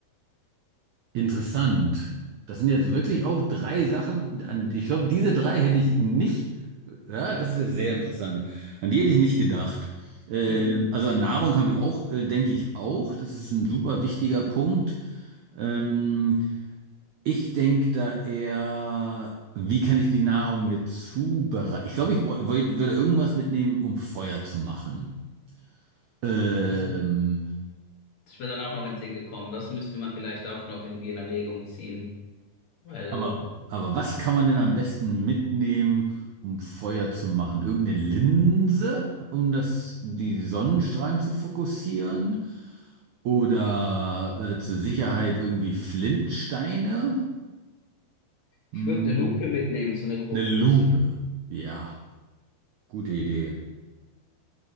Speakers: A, on the right; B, on the left.
A: Interessant. Das sind jetzt wirklich auch drei Sachen, an, ich glaube, diese drei hätte ich nicht, ja, das ist ja sehr interessant. An die hätte ich nicht gedacht. Ähm,
B: <laughs>
A: also an Nahrung habe ich auch, äh, denke ich auch. Das ist ein super wichtiger Punkt. Ähm, ich denke da eher, wie kann ich die Nahrung mir zubereiten? Ich glaube, ich bräu- wollt- würde irgendwas mitnehmen, um Feuer zu machen. Ähm,
B: Das Das ist mir dann auch noch in den Sinn gekommen. Das müsste man vielleicht auch noch irgendwie in Erwägung ziehen, weil
A: Aber, aber was kann man denn am besten mitnehmen, um Feuer zu machen? Irgendeine Linse, um das, die Sonnenstrahlen zu fokussieren? Oder äh, zur Sicherheit irgendwie Flintsteine? Hm,
B: ich würde eine Lupe mitnehmen, so eine große.
A: eine Lupe. Ja, gute Idee.